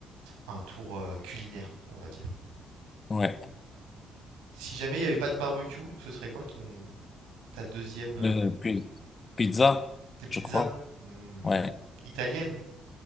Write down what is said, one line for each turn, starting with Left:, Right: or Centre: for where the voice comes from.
Right: Un tour euh, culinaire, on va dire.
Left: ouais.
Right: Si jamais il n'y avait pas de barbecue, ce serait quoi ton ta deuxième euh,
Left: Euh, puis, pizza,
Right: tes pizzas
Left: je crois.
Right: Hmm,
Left: Ouais.
Right: italiennes,